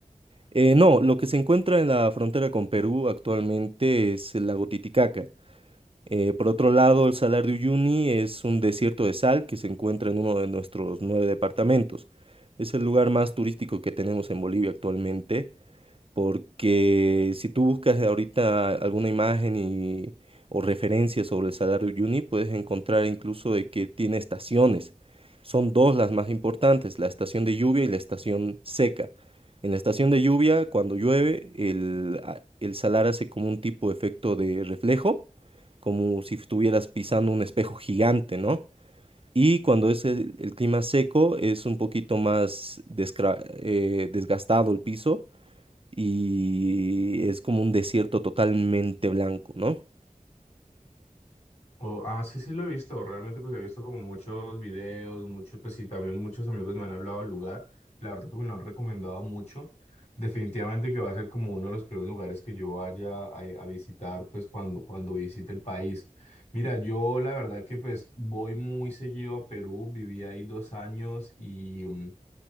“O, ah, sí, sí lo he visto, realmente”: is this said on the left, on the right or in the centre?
Left